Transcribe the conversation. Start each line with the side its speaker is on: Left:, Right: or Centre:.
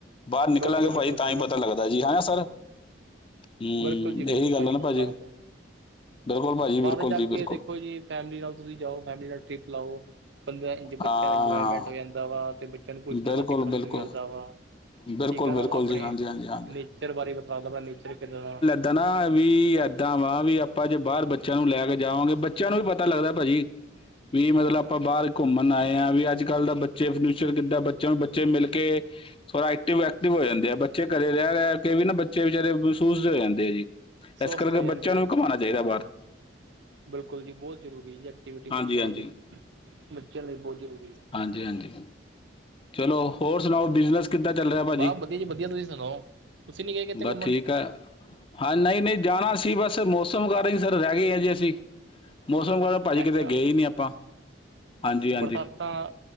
Left: ਬਾਰ ਨਿਕਲਾਂਗੇ
Right: ਬਿਲਕੁਲ ਜੀ
Left: ਭਾਜੀ
Right: ਬਿਲਕੁਲ
Left: ਤਾਂ ਹੀ ਪਤਾ ਲੱਗਦਾ ਜੀ ਹੈ ਨਾ ਸਰ ਹਮ
Right: ਬਿਲਕੁਲ ਜੀ
Left: ਇਹੀ
Right: ਬਿਲਕੁਲ
Left: ਗੱਲ
Right: ਤਾਂਹੀ
Left: ਹੈ ਨਾ
Right: ਪਤਾ
Left: ਭਾਜੀ
Right: ਲੱਗਦਾ
Left: ਬਿਲਕੁਲ ਭਾਜੀ
Right: ਬਾਹਰ
Left: ਬਿਲਕੁਲ
Right: ਜਾ
Left: ਜੀ ਬਿਲਕੁਲ
Right: ਕੇ ਦੇਖੋ ਜੀ ਫੈਮਿਲੀ ਨਾਲ ਤੁਸੀਂ ਜਾਓ ਫੈਮਿਲੀ ਨਾਲ ਟ੍ਰਿਪ ਲਾਓ ਬੰ ਬੱਚਿਆਂ
Left: ਹਾਂ
Right: ਦਾ ਇੰਜੋਏਮੈਂਟ ਹੋ ਜਾਂਦਾ ਵਾ ਤੇ ਬੱਚਿਆਂ ਨੂੰ ਕੁਛ
Left: ਬਿਲਕੁਲ
Right: ਨਵਾਂ ਸਿੱਖਣ
Left: ਬਿਲਕੁਲ
Right: ਨੂੰ ਮਿਲਦਾ ਵਾ
Left: ਬਿਲਕੁਲ
Right: ਠੀਕ ਹੈ
Left: ਬਿਲਕੁਲ
Right: ਨਾ ਆਪਣੇ
Left: ਜੀ ਹਾਂਜੀ ਹਾਂਜੀ ਹਾਂਜੀ
Right: ਨੇਚਰ ਬਾਰੇ ਬਤਾ ਦਾ ਨੇਚਰ ਕਿੱਦਾਂ ਦਾ।
Left: ਇੱਦਾਂ ਨਾ ਵੀ ਇੱਦਾਂ ਵਾ ਵੀ ਆਪਾਂ ਜੇ ਬਾਹਰ ਬੱਚਿਆਂ ਨੂੰ ਲੈ ਕੇ ਜਾਵਾਂਗੇ ਬੱਚਿਆਂ ਨੂੰ ਵੀ ਪਤਾ ਲੱਗਦਾ ਭਾਅ ਜੀ।
Right: ਹ <unintelligible>
Left: ਵੀ ਮਤਲਬ ਆਪਾਂ ਬਾਹਰ ਘੁੰਮਣ ਆਏ ਹਾਂ ਵੀ ਅੱਜ ਕੱਲ੍ਹ ਦਾ ਬੱਚੇ ਫਰਨਿਊਚਰ ਕਿੱਦਾਂ ਬੱਚਾ ਨੂੰ ਬੱਚੇ ਮਿਲ ਕੇ ਥੋੜਾ ਐਕਟਿਵ ਐਕਟਿਵ ਹੋ ਜਾਂਦੇ ਆ ਬੱਚੇ ਘਰੇ ਰਹਿ ਰਹਿ ਕੇ ਵੀ ਨਾ ਬੱਚੇ ਵਿਚੇਾਰੇ ਮਹਿਸੂਸ ਹੋ ਜਾਂਦੇ ਆ ਜੀ।
Right: ਸਵਸਥ
Left: ਇਸ ਕਰਕੇ
Right: ਹੋ ਜਾਂਦੇ
Left: ਬੱਚਿਆਂ
Right: ਜੀ
Left: ਨੂੰ ਵੀ ਘਮਾਉਣਾ ਚਾਹੀਦਾ ਬਾਹਰ।
Right: ਬਿਲਕੁਲ ਜੀ ਬਹੁਤ ਜ਼ਰੂਰੀ ਹੈ ਐਕਟੀਵਿਟੀ
Left: ਹਾਂਜੀ
Right: ਬੱਚਿਆਂ
Left: ਹਾਂਜੀ
Right: ਲਈ ਬੱਚਿਆਂ ਲਈ ਬਹੁਤ ਜ਼ਰੂਰੀ ਹੈ।
Left: ਹਾਂਜੀ ਹਾਂਜੀ। ਚਲੋ ਹੋਰ ਸੁਣਾਓ ਬਿਜਨਸ ਕਿੱਦਾਂ ਚੱਲ
Right: ਹੈ
Left: ਰਿਹਾ ਭਾਜੀ
Right: ਵਾਹ ਵਧੀਆ ਜੀ ਵਧੀਆ ਤੁਸੀਂ ਸੁਣਾਓ ਤੁਸੀਂ ਨੀ ਗਏ ਕਿਤੇ
Left: ਬਸ
Right: ਘੁੰਮਣ
Left: ਠੀਕ ਹੈ। ਹਾਂ ਨਹੀਂ, ਨਹੀਂ ਜਾਣਾ ਸੀ ਬਸ ਮੌਸਮ ਕਰਕੇ ਹੀ ਸਰ ਰਹਿ ਗਏ ਆ ਜੇ ਅਸੀਂ ਮੌਸਮ ਭਾਜੀ
Right: ਅੱਛਾ
Left: ਕਿਤੇ ਗਏ ਹੀ ਨੀ ਆਪਾਂ। ਹਾਂਜੀ ਹਾਂਜੀ
Right: ਬਰਸਾਤਾਂ